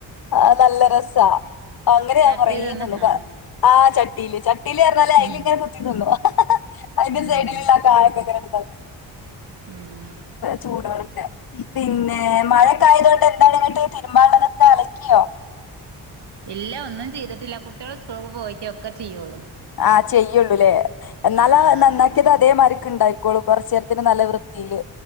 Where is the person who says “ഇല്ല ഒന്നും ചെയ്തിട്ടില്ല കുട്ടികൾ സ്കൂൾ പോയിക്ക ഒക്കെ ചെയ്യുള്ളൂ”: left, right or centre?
Right